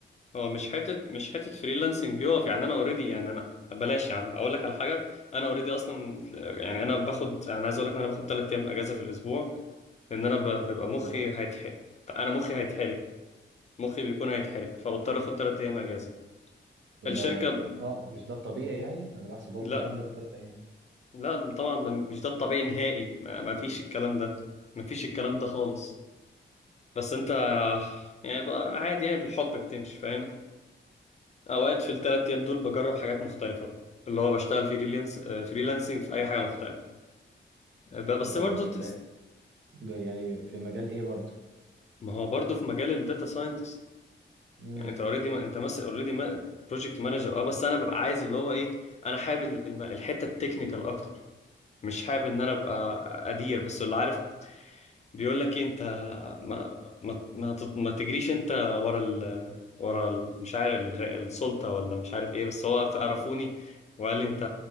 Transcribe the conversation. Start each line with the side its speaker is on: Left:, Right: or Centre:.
Left: هو مش حته مش حته فريلانسنج بيقف يعني انا اوريدي يعني انا بلاش يا عم اقول لك على حاجه انا اوريدي اصلا يعني انا باخد انا عايز اقول لك إن انا باخد 3 ايام اجازه في الاسبوع لان انا ب- بيبقى
Right: حلو
Left: مخي
Right: ده
Left: هيتحرق انا مخي هيتحرق مخي بيكون هيتحرق فبضطر اخد ثلاث ايام اجازه
Right: وده
Left: الشركه
Right: يبقى- اه مش ده الطبيعي يعني انا بحسب هو
Left: لا
Right: الطبيعي عندكم تلاتة ايه
Left: لا طبعا ده مش ده الطبيعي نهائي ما ما فيش الكلام ده ما فيش الكلام
Right: مم.
Left: ده خالص بس انت يعني بقى عادي يعني بالحب بتمشي فاهم اوقات في الثلاث ايام دول بجرب حاجات مختلفه بقى اللي هو بشتغل فريلانس فريلانسنج في اي حاجه مختلفه ب- بس
Right: ده
Left: برضو
Right: ب... ب...
Left: تس-
Right: ب... يعني في مجال ايه برضه
Left: ما هو برضو في مجال الداتا ساينتست
Right: امم
Left: يعني انت اوريدي ما... انت مثلا اوريدي بروجكت مانجر اه بس انا ببقى عايز اللي هو ايه انا حابب ال- الم- الحته التكنيكال اكتر مش حابب ان انا ابقى ادير بس اللي عارف بيقول لك إيه، انت ما ما ما, تت- ما تجريش انت ورا ال ورا ال مش عارف ال- السلطه ولا مش عارف ايه بس هو عرفوني
Right: ده
Left: وقال لي انت